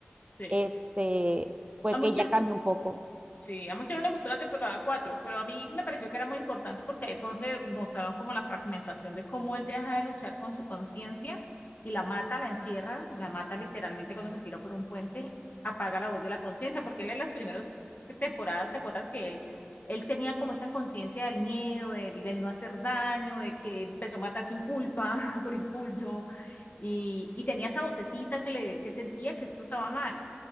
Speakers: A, on the left; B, on the right.
A: Sí.
B: este, fue
A: A muchas
B: que ya cambió un poco.
A: Sí, a muchos no les gustó la temporada 4, pero a mí me pareció que era muy importante porque ahí fue donde mostraron como la fragmentación de cómo él deja de luchar con su conciencia y la mata, la encierra, la mata literalmente cuando se tira por un puente, apaga la voz de la conciencia, porque él en las primeras temporadas, ¿te acuerdas que él, él tenía como esa conciencia del miedo, del, del no hacer daño, de que empezó a matar sin culpa, <laughs> por impulso, y, y tenía esa vocecita que, le, que sentía que eso estaba mal,